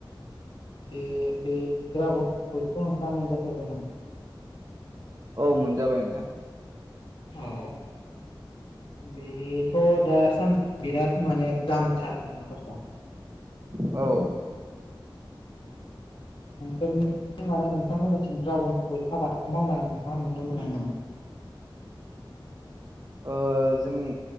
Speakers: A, on the left (about 80°); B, on the right (about 40°).
A: बे बे दड्रागन फ्रुइटखौ नोंथाङा मोनजाफेरबाय नामा
B: औ मोनजाबाय नोंथां।
A: औ। बेथ दासान बिराद माने दामथारखोमा दख
B: औ
A: नोसोरनि आं माने नोंथांमोननिथिं ड्रागन फ्रुइट आबादखौ मावनाय नोंथाङा नुनो मोननाय नामा? <inaudible>
B: ओ जोंनि